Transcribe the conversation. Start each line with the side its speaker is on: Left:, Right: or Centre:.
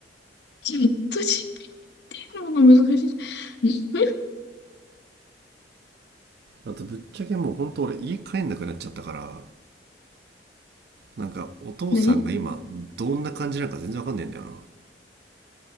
Left: じっとじてるのが難しい。<laughs> ん
Right: あとぶっちゃけもうほんと俺家帰んなくなっちゃったからなんかお父さんが今どんな感じなのか全然わかんないんだよな
Left: 何